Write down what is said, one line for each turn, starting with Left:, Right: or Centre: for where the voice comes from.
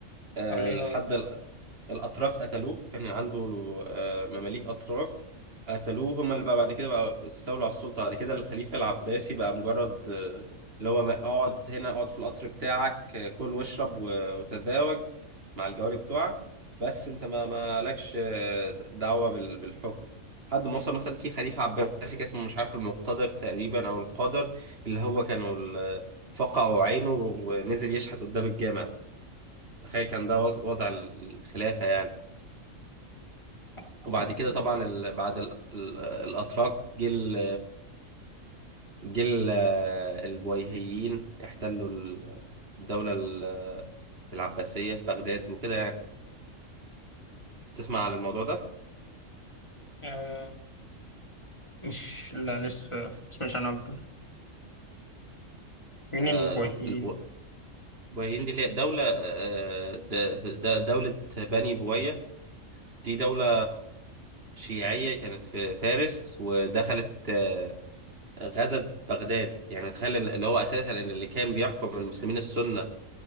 Right: آه،
Left: عليا
Right: لحد ال- الأتراك قتلوه كان عنده آه، مماليك أتراك قتلوه هما اللي بقى بعد كده بقى استولوا على السلطة بعد كده الخليفة العباسي بقى مجرد آه، اللي هو ما- اقعد هنا اقعد في القصر بتاعك آه، كل واشرب و- وتتزوج مع الجواري بتوعك بس انت ما ما لكش آه، دعوة بال- بالحكم لحد ما وصل مثلا في خليفة عباسي كان اسمه مش عارف المقتدر تقريبا أو القادر اللي هو كانوا ال- فقعوا عينه ونزل يشحت قدام الجامع تخيل كان ده وض- وضع الخلافة يعني
Left: أحمد
Right: وبعد كده طبعا ال... بعد ال... ال... الأتراك جه ال... جه ال... البويهيين احتلوا ال- الدولة ال- العباسية بغداد وكده يعني تسمع عن الموضوع ده
Left: آه، مش لا لسه مش أنا أبدا مين
Right: آه،
Left: الفايكين
Right: الب- البو- البويهيين دي اللي هي دولة آه، د- د- دولة بني بويه دي دولة شيعية كانت في فارس ودخلت آه، غزت بغداد يعني تخيل إن- اللي هو أساسا إن اللي كان بيحكم المسلمين السنة